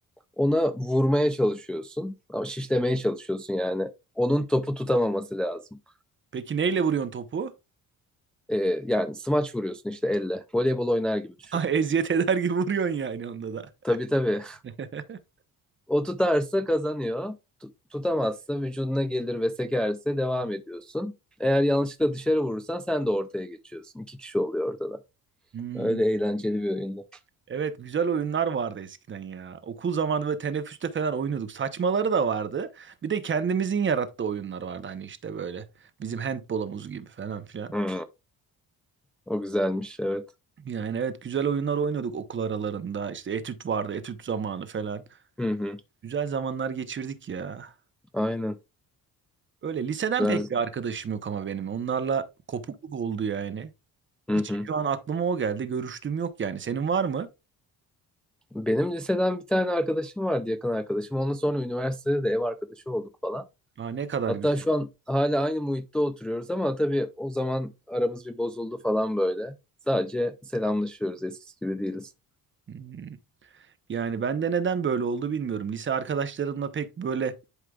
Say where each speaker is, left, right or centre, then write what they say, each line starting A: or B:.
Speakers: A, in the centre; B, on the right.
A: Ona vurmaya çalışıyorsun. Ama şişlemeye çalışıyorsun yani. Onun topu tutamaması lazım.
B: Peki neyle vuruyorsun topu? <laughs>
A: Ee, yani smaç vuruyorsun işte elle. Voleybol oynar gibi düşün.
B: Ha, Eziyet eder gibi vuruyorsun yani onda da.
A: Tabii tabii.
B: <laughs>
A: <laughs> O tutarsa kazanıyor. Tu- tutamazsa vücuduna gelir ve sekerse devam ediyorsun. Eğer yanlışlıkla dışarı vurursan sen de ortaya geçiyorsun. İki kişi oluyor orada da.
B: Hmm.
A: Öyle eğlenceli bir oyundu.
B: Evet güzel oyunlar vardı eskiden ya. Okul zamanı böyle teneffüste falan oynuyorduk. Saçmaları da vardı. Bir de kendimizin yarattığı oyunlar vardı hani işte böyle. Bizim handbolumuz gibi falan filan.
A: Hı, O güzelmiş evet.
B: Yani evet güzel oyunlar oynuyorduk okul aralarında. İşte etüt vardı, etüt zamanı falan.
A: Hı hı.
B: Güzel zamanlar geçirdik ya.
A: Aynen
B: Öyle liseden
A: güzel.
B: pek bir arkadaşım yok ama benim. Onlarla kopukluk oldu yani.
A: Hı
B: Hiç
A: hı.
B: şu an aklıma o geldi. Görüştüğüm yok yani. Senin var mı?
A: Benim liseden bir tane arkadaşım vardı yakın arkadaşım. Ondan sonra üniversitede de ev arkadaşı olduk falan.
B: Aa, ne kadar
A: Hatta
B: güzel.
A: şu an hala aynı muhitte oturuyoruz ama tabii o zaman aramız bir bozuldu falan böyle. Sadece selamlaşıyoruz eskisi gibi değiliz.
B: Hmm. Yani ben de neden böyle oldu bilmiyorum. Lise arkadaşlarımla pek böyle